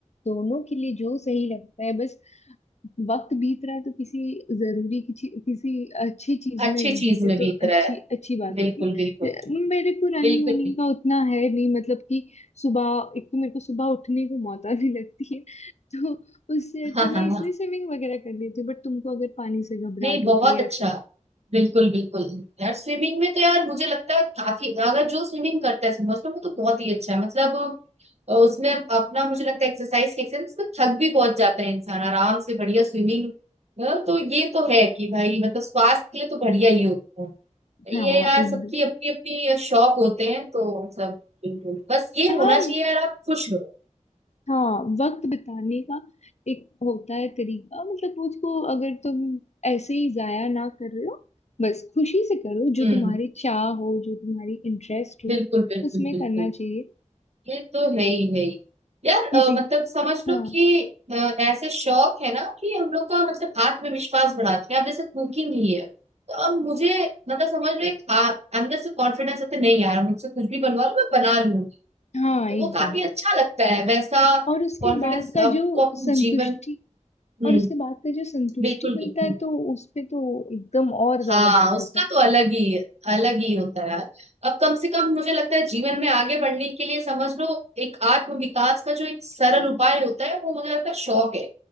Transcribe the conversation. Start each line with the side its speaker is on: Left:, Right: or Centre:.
Left: दोनों के लिए जो सही लगता है बस वक्त बीत रहा है तो किसी जरूरी किसी किसी अच्छी चीज
Right: अच्छी
Left: में
Right: चीज
Left: बीते
Right: में बीत
Left: तो
Right: रहा
Left: अच्छी
Right: है
Left: अच्छी बात
Right: बिल्कुल
Left: होती
Right: बिल्कुल
Left: है मेरे को रनिंग
Right: बिल्कुल
Left: वनिंग
Right: बिल्कुल
Left: का उतना है नहीं मतलब कि सुबह एक तो मेरे को सुबह उठने को मौत आने लगती है तो उससे अच्छा
Right: हाँ हाँ
Left: मैं इसलिए
Right: हाँ
Left: स्विमिंग वगैरह कर लेती हूँ बट तुमको अगर पानी से घबराहट
Right: नहीं बहुत
Left: होती है
Right: अच्छा
Left: या फिर
Right: बिल्कुल बिल्कुल यार स्विमिंग में तो यार मुझे लगता है काफी अगर जो स्विमिंग करता है समझ लो वो तो बहुत ही अच्छा है मतलब अ, उसमें अपना मुझे लगता है एक्सरसाइज के एक्सरसाइज उसमें थक भी बहुत जाता है इंसान आराम से बढ़िया स्विमिंग तो ये तो है कि भाई मतलब स्वास्थ्य के लिए तो बढ़िया ही होता है
Left: हाँ
Right: ये यार
Left: एक
Right: सबकी अपनी अपनी शौक होते हैं तो मतलब बिल्कुल बस ये
Left: हाँ
Right: होना चाहिए यार आप खुश रहो
Left: हाँ वक्त बिताने का एक होता है तरीका मतलब उसको अगर तुम ऐसे ही जाया ना कर रहे हो बस खुशी से करो जो
Right: हम्म
Left: तुम्हारी चाह हो जो तुम्हारी इंटरेस्ट हो
Right: बिल्कुल बिल्कुल
Left: उसमें
Right: बिल्कुल
Left: करना चाहिए
Right: ये तो है ही है ही यार
Left: किसी
Right: अ, मतलब समझ लो
Left: हाँ
Right: कि अ, ऐसे शौक है ना कि हम लोग का मतलब आत्मविश्वास बढ़ाते हैं अब जैसे कुकिंग ही है तो अब मुझे मतलब समझ लो एक आ- अंदर से कॉन्फिडेंस आता है, तो नहीं यार मुझसे कुछ भी बनवा लो मैं बना लूंगी
Left: हाँ
Right: तो
Left: एकदम
Right: वो काफी अच्छा लगता है वैसा
Left: और उसके
Right: कॉन्फिडेंस
Left: बाद का
Right: आपको
Left: जो
Right: अपने
Left: संतुष्टि
Right: जीवन हम्म
Left: और उसके बाद का जो संतुष्टि
Right: बिल्कुल
Left: मिलता
Right: बिल्कुल
Left: है तो उस पे तो एकदम और ज्यादा
Right: हाँ
Left: बढ़ जाता
Right: उसका
Left: है
Right: तो अलग ही है, अलग ही होता है यार अब कम से कम मुझे लगता है जीवन में आगे बढ़ने के लिए समझ लो एक आत्म विकास का जो एक सरल उपाय होता है वो मुझे लगता है शौक है